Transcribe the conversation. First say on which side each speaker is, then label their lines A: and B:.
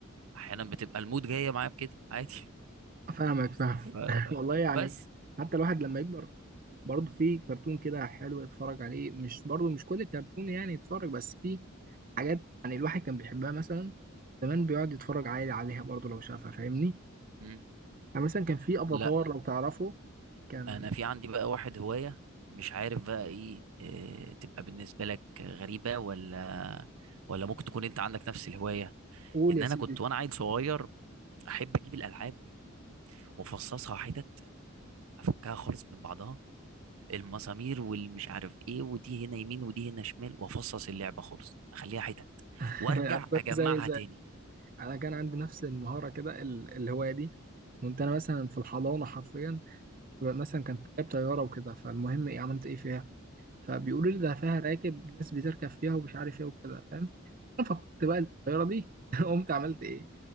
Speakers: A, on the right; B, on the right.
A: احيانا بتبقى المود جايه معايا بكده عادي
B: فاهمك فاهمك
A: <laughs>
B: <laughs> والله يعني
A: فبس
B: حتى الواحد لما يكبر برضه في كرتون كده حلو اتفرج عليه مش برضه مش كل الكرتون يعني اتفرج بس في حاجات يعني الواحد كان بيحبها مثلا زمان بيقعد يتفرج عادي عليها برضه لو شافها فاهمني
A: مم.
B: يعني مثلا كان في افاتار
A: لا
B: لو تعرفه كان
A: انا في عندي بقى واحد هوايه مش عارف بقى ايه آه، تبقى بالنسبه لك غريبه ولا ولا ممكن تكون انت عندك نفس الهوايه
B: قول
A: ان
B: يا
A: انا
B: سيدي
A: كنت وانا عيل صغير احب اجيب الالعاب وافصصها حتت افكها خالص من بعضها المسامير والمش عارف ايه ودي هنا يمين ودي هنا شمال وافصص اللعبه خالص اخليها حتت
B: <laughs>
A: وارجع
B: أنا
A: اجمعها
B: زي زي
A: تاني
B: انا كان عندي نفس المهاره كده ال- الهوايه دي كنت انا مثلا في الحضانه حرفيا مثلا كان جايب طياره وكده فالمهم ايه عملت ايه فيها فبيقولوا لي ده فيها راكب ناس بتركب فيها ومش عارف ايه وكده فاهم انا فكرت بقى الطياره دي <laughs> قمت عملت ايه